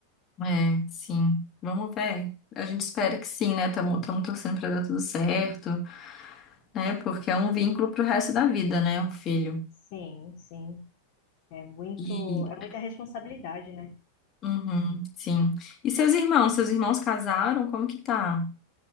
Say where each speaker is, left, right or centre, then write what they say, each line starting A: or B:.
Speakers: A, on the left; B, on the left.
A: É, sim. Vamos ver. A gente espera que sim, né? Estamos torcendo pra dar tudo certo, né? Porque é um vínculo pro resto da vida, né? O filho.
B: Sim, sim, é muito,
A: E,
B: é muita responsabilidade, né?
A: uhum, sim. E seus irmãos? Seus irmãos casaram? Como que tá?